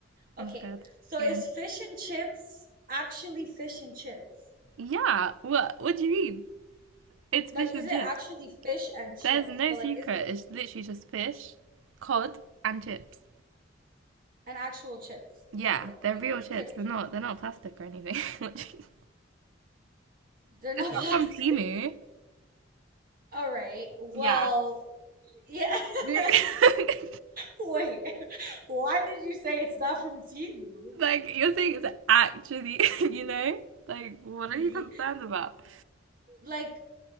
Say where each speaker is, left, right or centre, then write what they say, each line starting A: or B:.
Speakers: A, on the right; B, on the right.
A: Okay,
B: I'm scared
A: so is
B: again.
A: fish and chips actually fish and chips?
B: Yeah, what? What do you mean? It's
A: Like,
B: fish
A: is
B: and
A: it
B: chips.
A: actually fish and chips?
B: There's no
A: But
B: secret.
A: like, is it
B: It's literally just fish, cod, and chips.
A: an actual chips? Like
B: Yeah,
A: for real,
B: they're
A: like
B: real chips.
A: potato
B: They're
A: chips.
B: not. They're not plastic or anything. <laughs>
A: They're not
B: it's
A: <laughs> plastic.
B: not from Timu.
A: All right. Well,
B: Yeah.
A: yeah.
B: <laughs> like
A: <laughs> Wait, <laughs> why did you say it's not from Temu?
B: you're saying, it's actually. <laughs> You know. Like, what
A: Yeah,
B: are you concerned about?
A: like,